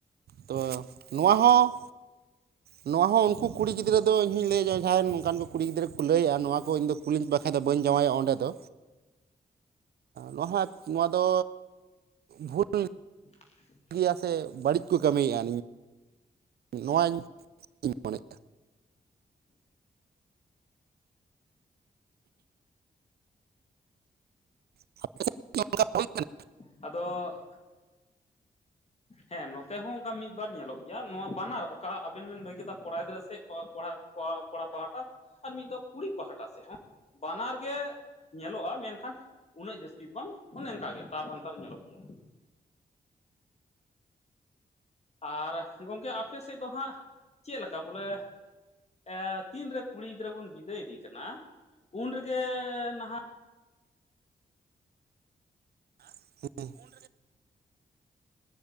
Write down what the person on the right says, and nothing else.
ᱛᱚ ᱱᱚᱣᱟ ᱦᱚᱸ, ᱱᱚᱣᱟ ᱦᱚᱸ ᱩᱱᱠᱩ ᱠᱩᱲᱤ ᱜᱤᱫᱽᱨᱟᱹ, ᱤᱧ ᱦᱩᱧ ᱞᱟᱹᱭᱟ ᱡᱮ ᱡᱟᱦᱟᱸᱭ ᱱᱚᱝᱠᱟᱱ ᱠᱚ ᱠᱩᱲᱤ ᱜᱤᱫᱽᱨᱟᱹ ᱠᱚ ᱞᱟᱹᱭᱮᱫᱼᱟ ᱱᱚᱣᱟ ᱠᱚ ᱤᱧ ᱫᱚ ᱠᱩᱞᱤᱧ ᱵᱟᱠᱷᱨᱟ ᱫᱚ ᱵᱟᱹᱧ ᱡᱟᱣᱟᱭᱚᱜ-ᱟ ᱚᱸᱰᱮ ᱫᱚ ᱱᱚᱣᱟ ᱦᱚᱸ ᱱᱚᱣᱟ ᱫᱚ ᱵᱷᱩᱞ <inaudible>
ᱜᱮᱭᱟ ᱥᱮ ᱵᱟᱹᱲᱤᱡ ᱠᱚ ᱠᱟᱹᱢᱤᱭᱮᱜᱼᱟ ᱱᱚᱣᱟ ᱤᱧ <unintelligible> ᱢᱚᱱᱮ <unintelligible>
ᱦᱮᱸᱜ ᱮᱸ ᱾